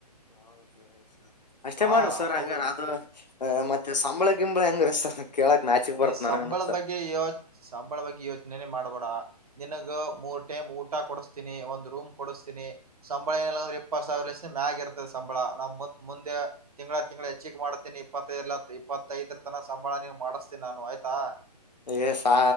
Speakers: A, on the left; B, on the right.
A: ಹೌರೀ ಸರ್ ಅಷ್ಟೇ ಮಾಡ್ರಿ
B: ಆ
A: ಸರ್ ಹಂಗಾರ
B: ಅವು
A: ಆದ <unintelligible> ಹ ಮತ್ತೆ ಸಂಬಳ ಗಿಂಬಳ ಹೆಂಗ ರಿ ಸರ್, <unintelligible> ನಾಚಿಕ್ ಬರತ್
B: ಈ
A: ನನಗನು
B: ಸಂಬಳದ
A: ಸರ್
B: ಬಗ್ಗೆ ಯೋಚ ಸಂಬಳ ಬಗ್ಗೆ ಯೋಚನೆ ಮಾಡಬೇಡಾ? ನಿನಗ್ ಮೂರ್ ಟೈಮ್ ಊಟ ಕೊಡಿಸ್ತೀನಿ ಒಂದು ರೂಮ್ ಕೊಡಿಸಸ್ತೀನಿ ಸಂಬಳ ಏನಇಲ್ಲಂದ್ರ ಇಪ್ಪತ್ತ ಸಾವಿರ ಅಸ ಮ್ಯಾಗ ಇರ್ತದೆ ಸಂಬಳ ನಮ್ ಮ್ಮು ಮುಂದೆ ತಿಂಗಳ ತಿಂಗಳ ಹೆಚ್ಚಿಗೆ ಮಾಡ್ತೀನಿ ಇಪ್ಪತ್ತ ಇಪ್ಪತ್ತೈದರ್ <unintelligible> ನಾ ಸಂಬಳ ನಿನಗ ಮಾಡಿಸ್ತೀನಿ ನಾನು ಆಯ್ತಾ?
A: ಏ ಸಾ